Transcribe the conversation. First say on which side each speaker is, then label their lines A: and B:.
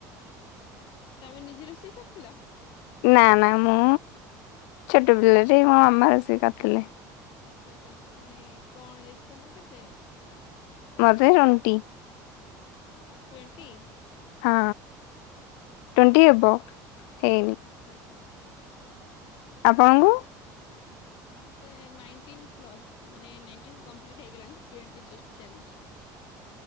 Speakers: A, on the left (about 60°); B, on the left (about 75°).
A: ତମେ ନିଜେ ରୋଷେଇ କରିଥିଲ?
B: ନା- ନା ମୁଁ ଛୋଟ ପିଲାଟେ, ମୋ ମାମା ରୋଷେଇ କରିଥିଲେ।
A: ଆଚ୍ଛା ଆଚ୍ଛା ମାନେ କଣ ଏଜ ତମର କେତେ
B: ମତେ ରଣ୍ଟି
A: ଟ୍ୱେଣ୍ଟି
B: ହଁ ଟଣ୍ଟି ଅବ ହେଇନି
A: ଆଚ୍ଛା ଆଚ୍ଛା
B: ଆପଣଙ୍କୁ
A: ମୋତେ ନାଇଣ୍ଟିନ୍ ପ୍ଲସ୍ ମାନେ ନାଇଣ୍ଟିନ୍ କମ୍ପ୍ଲିଟ୍ ହେଇଗଲାଣି ଟ୍ୱେଣ୍ଟି ଜଷ୍ଟ ଚାଲିଛି